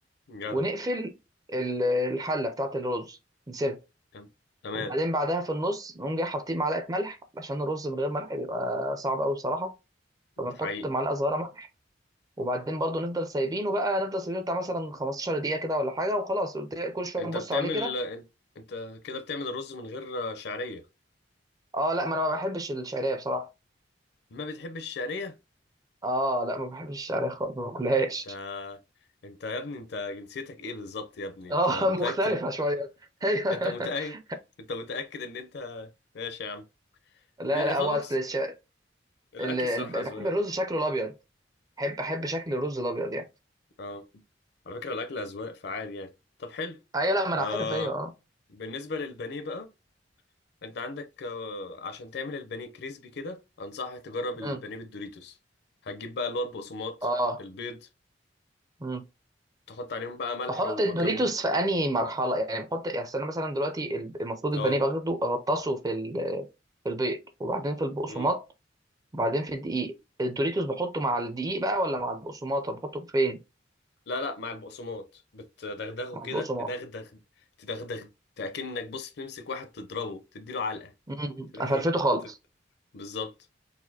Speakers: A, on the left (about 60°); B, on the right (about 20°).
A: جدع
B: ونقفل ال- الحله بتاعت الرز نسيبها
A: تم- تمام
B: وبعدين بعدها في النص نقوم جاي حاطين معلقه ملح عشان الرز من غير ملح بيبقى صعب قوي بصراحه فبنحط
A: انت حقيقي
B: معلقه صغيره ملح وبعدين برضو نفضل سايبينه بقى نفضل سايبينه بتاع مثلا 15 دقيقه كده ولا حاجه وخلاص كل شويه
A: انت
B: نبص
A: بتعمل
B: عليه كده
A: انت انت كده بتعمل الرز من غير آه، شعريه
B: اه لا ما انا ما بحبش الشعريه بصراحه
A: ما بتحبش الشعريه
B: اه لا ما بحبش الشعريه خالص ما باكلهاش
A: ده انت يا ابني انت جنسيتك ايه بالظبط يا ابني انت
B: اه
A: متاكد
B: <laughs> مختلفة شوية ايوه
A: انت
B: <laughs>
A: متاكد انت متاكد ان انت ماشي يا عم
B: لا
A: م-
B: لا
A: خلاص
B: هو اصل الش...
A: الاكل
B: ال... ال...
A: الصراحه اذواق
B: بحب الرز شكله الابيض بحب بحب شكل الرز الابيض يعني
A: اه على فكرة الأكل أذواق فعال يعني طب حلو
B: ايوه لا ما
A: آه
B: انا عارف ايوه اه
A: بالنسبة للبانيه بقى أنت عندك آه عشان تعمل البانيه كريسبي كده أنصحك تجرب البانيه
B: مم.
A: بالدوريتوس هتجيب بقى اللي هو البقسماط
B: اه
A: البيض
B: مم.
A: تحط عليهم بقى ملح
B: بحط
A: وكمون
B: الدوريتوس في انهي مرحلة يعني بحط يعني أصل انا مثلا دلوقتي ال- المفروض
A: اه
B: البانيه باخده اغطسه في ال... في البيض وبعدين في البقسماط
A: مم.
B: وبعدين في الدقيق الدوريتوس بحطه مع الدقيق بقى ولا مع البقسماط طب بحطه فين
A: لا لا مع البقسماط بتدغدغه
B: مع
A: كده
B: البقسماط
A: تدغدغ تدغدغ كأنك بص تمسك واحد تضربه تديله علقة
B: مم.
A: <laughs> تدغدغ.
B: افرفته خالص
A: تت- بالظبط